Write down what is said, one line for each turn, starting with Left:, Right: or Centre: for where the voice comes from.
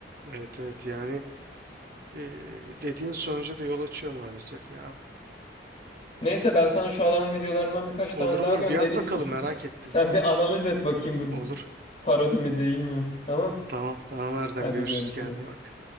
Right: Evet evet yani e, dediğin sonuca da yol açıyor maalesef ya.
Left: Neyse ben sana şu adamın videolarından birkaç
Right: Olur
Left: tane
Right: olur
Left: daha göndereyim.
Right: bir at bakalım
Left: <laughs>
Right: merak ettim.
Left: Sen bir analiz et bakayım
Right: Olur.
Left: bu parodi mi değil mi? Tamam.
Right: Tamam tamam Erdem
Left: Hadi
Right: görüşürüz
Left: görüşürüz.
Right: kendine iyi bak.